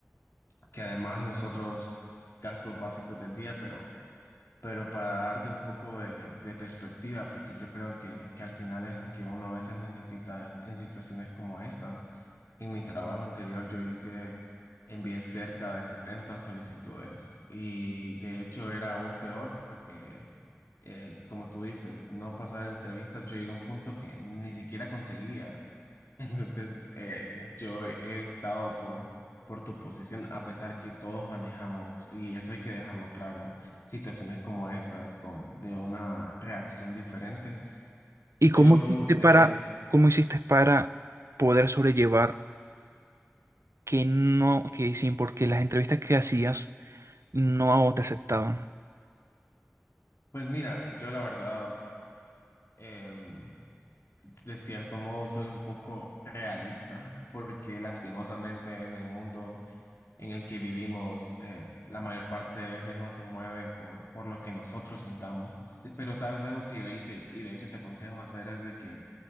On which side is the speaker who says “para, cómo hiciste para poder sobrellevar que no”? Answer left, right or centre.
Right